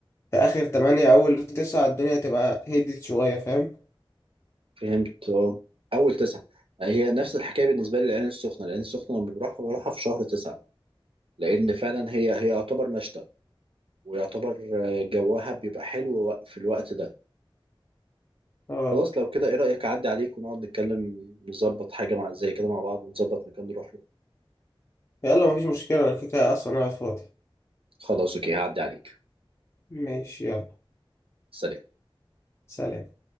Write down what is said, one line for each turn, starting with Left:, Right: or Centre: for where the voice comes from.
Left: في آخر تمانية أول تسعة الدنيا تبقى هديت شوية فاهم؟
Right: فهمت اه. اول تسعة هي نفس الحكايه بالنسبه لي العين السخنه العين السخنه لما بروحها بروحها في شهر تسعة لان فعلا هي هي يعتبر مشتى ويعتبر اه، جوها بيبقى حلو وق- في الوقت ده
Left: اه
Right: خلاص لو كده ايه رايك اعدي عليك ونقعد نتكلم نظبط حاجه مع زي كده مع بعض ونظبط مكان نروح له
Left: يلا مفيش مشكلة على فكرة أصلا أنا قاعد فاضي
Right: خلاص اوكي هعدي عليك
Left: ماشي يلا
Right: سلام
Left: سلام